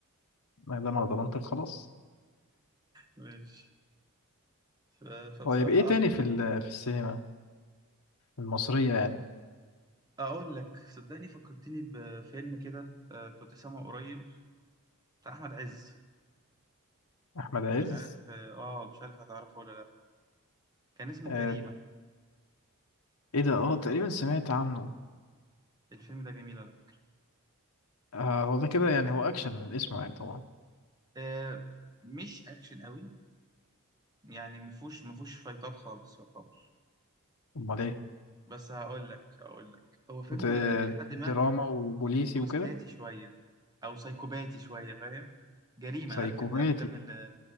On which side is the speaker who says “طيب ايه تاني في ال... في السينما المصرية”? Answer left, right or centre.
Left